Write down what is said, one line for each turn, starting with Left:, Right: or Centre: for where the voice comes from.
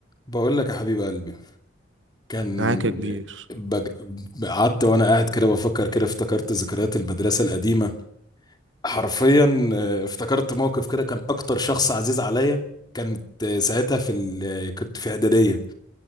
Left: بقول لك يا حبيب قلبي كان
Right: معاك يا كبير
Left: بج... قعدت وانا قاعد كده بفكر كده افتكرت ذكريات المدرسه القديمه حرفيا آه، افتكرت موقف كده كان اكتر شخص عزيز عليا كانت آه، ساعتها في ال... آه، كنت في اعداديه